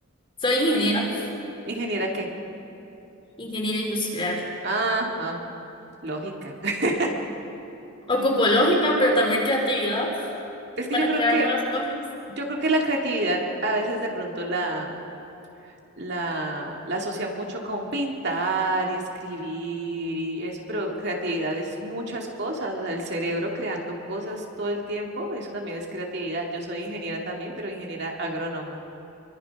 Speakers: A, on the left; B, on the right.
A: Soy ingeniera,
B: ¿Ingeniera qué?
A: ingeniera industrial.
B: Ajá, lógica. <laughs>
A: Ocupo lógica, pero también creatividad
B: Es que
A: para
B: yo creo
A: crear
B: que,
A: nuevas cosas.
B: yo creo que la creatividad a veces de pronto la, la, la asocia mucho con pintar y escribir y eso, pero creatividad es muchas cosas, o sea, el cerebro creando cosas todo el tiempo, eso también es creatividad. Yo soy ingeniera también, pero ingeniera agrónoma.